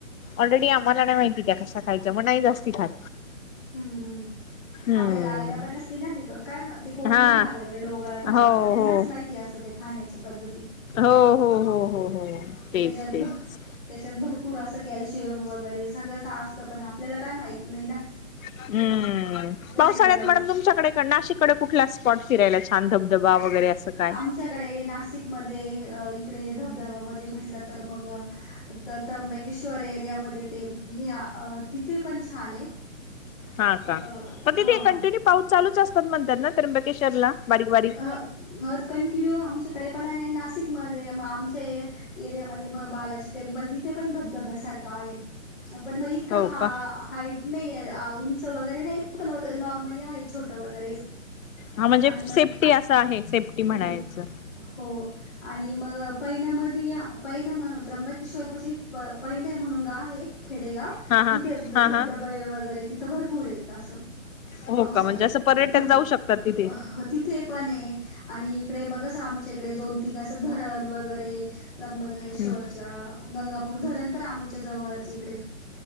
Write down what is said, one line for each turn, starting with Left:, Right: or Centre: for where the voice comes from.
Left: ऑलरेडी आम्हाला नाही माहिती त्या कश्या खायच्या मग नाही जास्त खात.
Centre: हम्म हम
Left: हम्म
Centre: आपल्याला आयडिया पण नसती ना तिथं काय ते. कोकणी
Left: हा
Centre: भाग वगैरे डोंगर भागातलं
Left: हो
Centre: त्यांनाच
Left: हो
Centre: माहिती असतं ते खाण्याच्या पद्धती.
Left: हो हो हो हो हो. तेच
Centre: त्याच्यात
Left: तेच
Centre: भ त्याच्यात भरपूर असं कॅल्शियम वगैरे सगळंच. ता असत पण आपल्याला काय माहित नाही ना
Left: हम्म
Centre: कशी
Left: पावसाळ्यात
Centre: बनव
Left: मॅडम तुमच्याकडे नाशिककडे कुठला स्पॉट फिरायला छान धबधबा वगैरे. असं काय
Centre: आमच्याकडे नाशिकमध्ये अ इकडे धबधबामध्ये म्हटलं तर मग. त त्र्यंबकेश्वर एरियामध्ये ते हे तिथे पण छान आहे. <inaudible>
Left: हां का
Centre: अ
Left: म तिथे
Centre: हा
Left: कंटिन्यू पाऊस चालूच असतात म्हणतात ना त्र्यंबकेश्वरला? बारीक बारीक
Centre: अहा अ कंटिन्यू आमच्याकडे पण आणि नाशिकमध्ये म आमचे एरियामध्ये म बालाजी टेम्पल तिथे पण धबधब्यासारखं आहे. पण म इतकं
Left: हो
Centre: हा
Left: का
Centre: हाईट? नाही उंच वगैरे नाही पण नॉर्मली आहे छोटं वगैरे.
Left: हां म्हणजे
Centre: आणि मग
Left: सेफ्टी आसं आहे सेफ्टी म्हणायचं.
Centre: हम्म हो. आणि मग पैण्या मधी पैण म् त्र्यंबकेश्वर पाशी पैण म्हणून गाव आए. खेडेगाव
Left: हा
Centre: तिथे
Left: हा हा
Centre: धबधबे
Left: हा
Centre: वगैरे तिथं भरपूर आहेत आसं.
Left: हो
Centre: पाऊस
Left: का
Centre: आहे.
Left: म्हणजे असं पर्यटक
Centre: ती
Left: जाऊ शकतात तिथे
Centre: अ हत तिथे पण आहे आणि इकडे मगं आमच्या इकडे दोन- तीन असं धरण वगैरे त्र्यंबकेश्वरच्या
Left: हम्म
Centre: गंगापूर धरण तर आमच्या जवळच आहे इकडे.